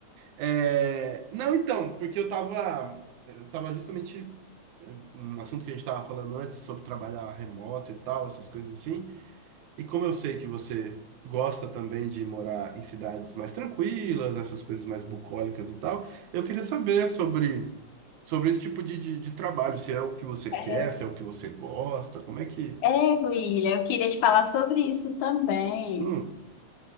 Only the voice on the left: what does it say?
É,
é, Guilherme, eu queria te falar sobre isso também.